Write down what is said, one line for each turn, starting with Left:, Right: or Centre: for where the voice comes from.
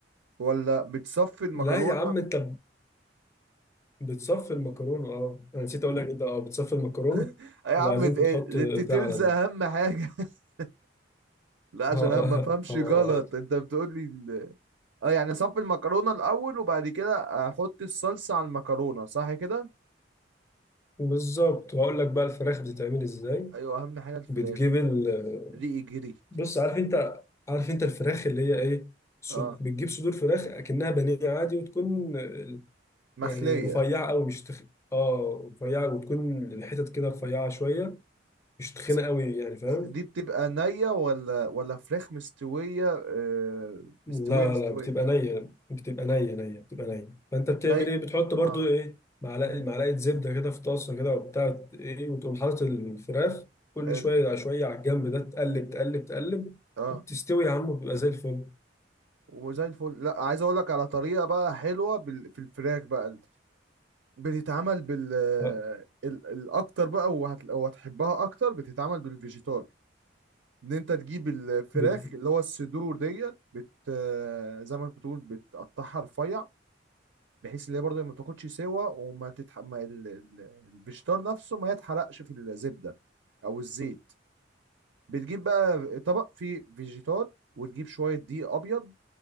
Right: ولا بتصفي المكرونة
Left: لا يا عم انت بتصفي المكرونة اه انا نسيت اقول لك انت اه بتصفي المكرونة
Right: <laughs> يا عم
Left: وبعدين
Right: ت-
Left: بتحط
Right: الديتيلز
Left: ده على ده
Right: اهم حاجة <laughs> لا عشان
Left: اه اه
Right: انا ما فهمش
Left: آه،
Right: غلط انت بتقول لي ال... اه يعني اصفي المكرونة الاول وبعد كده احط الصلصة على المكرونة صح كده
Left: بالظبط وهقول لك بقى الفراخ بتتعمل ازاي
Right: ايوه اهم حاجة الفراخ
Left: بتجيب
Right: دي
Left: ال
Right: ريقي جري
Left: بص عارف انت عارف انت الفراخ اللي هي ايه صد-
Right: اه
Left: بتجيب صدور فراخ اكنها بانيه عادي وتكون آه،
Right: مخلية
Left: يعني رفيعة قوي مش تخ... اه رفيعة وتكون الحتت كده رفيعة شوية مش تخينة
Right: س-
Left: قوي يعني فاهم
Right: دي بتبقى نية ولا ولا فراخ مستوية آه، مستوية
Left: لا
Right: مستوية
Left: لا بتبقى نية بتبقى نية نية بتبقى نية فأنت بتعمل
Right: ني
Left: إيه بتحط برضو
Right: اه
Left: إيه معلقة
Right: مم.
Left: معلقة زبدة كده في طاسة كده وبتاع إيه وتقوم حاطط الفراخ كل
Right: حلو
Left: شوية على شوية على الجنب ده تقلب تقلب تقلب
Right: اه
Left: وبتستوي يا عم وبتبقى زي الفل
Right: وزي الفل لا عايز اقول لك على طريقة بقى حلوة بال... في الفراخ بقى بتتعمل بال
Left: آه
Right: ال... الاكتر بقى وهت... وهتحبها اكتر بتتعمل بالفيجيتار ان انت تجيب الفراخ
Left: بال...
Right: اللي هو الصدور ديت بت آه، زي ما بتقول بتقطعها رفيع بحيث اللي هي برضه ما تاخدش سوا وما تتح ما ال- ال- الفيجيتار نفسه ما يتحرقش في الزبده او الزيت بتجيب بقى طبق فيه فيجيتار وتجيب شويه دقيق ابيض